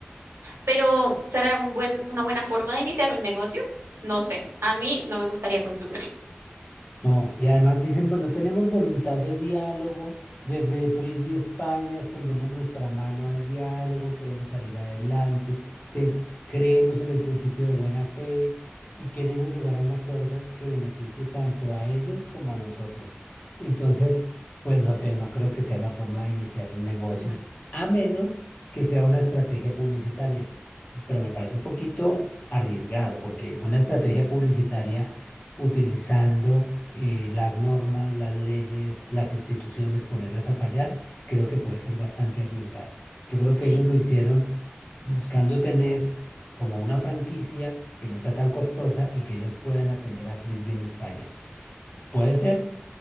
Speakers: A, on the right; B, on the left.
A: Pero ¿será un buen, una buena forma de iniciar un negocio? No sé. A mí no me gustaría consumirlo.
B: No, y además dicen, bueno, tenemos voluntad de diálogo, desde Frisbee España extendemos nuestra mano al diálogo, queremos salir adelante, ten- creemos en el principio de buena fe y queremos llegar a un acuerdo que beneficie tanto a ellos como a nosotros. Entonces, pues no sé, no creo que sea la forma de iniciar un negocio,
A: No,
B: a menos que sea una estrategia publicitaria. Pero me parece un poquito arriesgado, porque una estrategia publicitaria utilizando eh, las normas, las leyes, las instituciones, ponerlas a fallar, creo que puede ser bastante arriesgado. Yo creo que
A: sí.
B: ellos lo hicieron buscando tener como una franquicia que no sea tan costosa y que ellos puedan atender a Frisbee en España. ¿Puede ser?